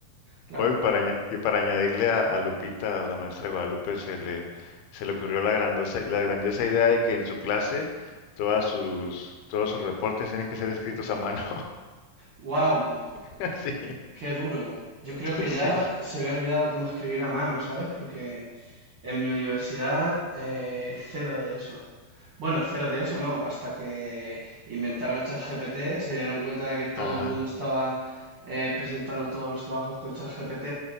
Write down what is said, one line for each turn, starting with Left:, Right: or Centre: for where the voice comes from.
Right: Claro.
Left: Hoy para aña- y para añadirle a, a Lupita, a la maestra Guadalupe, se le, se le ocurrió la grandosa, la grandiosa idea de que en su clase todas sus, todos sus reportes tienen que ser escritos a mano.
Right: ¡Wow!
Left: <laughs> Sí,
Right: Qué duro. Yo creo que
Left: sí.
Right: ya se me ha olvidado cómo escribir a mano, ¿sabes? Porque en mi universidad, eh, cero de eso. Bueno, cero de eso no, hasta que inventaron ChatGPT, se dieron cuenta de que todo
Left: Ajá.
Right: el mundo estaba eh, presentando todos los trabajos con ChatGPT